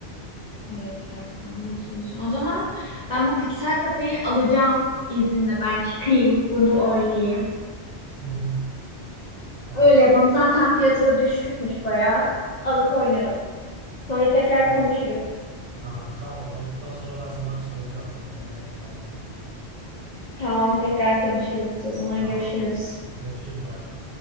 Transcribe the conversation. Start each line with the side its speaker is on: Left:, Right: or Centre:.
Left: Evet gerçekten doğru söylüyorsun. O zaman ben bu Pixel Kafe'yi alacağım izninle ben çıkayım bunu oynayayım.
Right: Hı hı, Tamam.
Left: Öyle yapalım. Zaten fiyatı da düşükmüş bayağı. Alıp oynarım. Sonra tekrar
Right: E,
Left: konuşuruz.
Right: aha, tamam oynadıktan sonra ben sana soracağım tekrar. Ben, ben de.
Left: Tamam tekrar konuşuruz. O zaman
Right: Tamam.
Left: görüşürüz.
Right: Görüşürüz bay bay.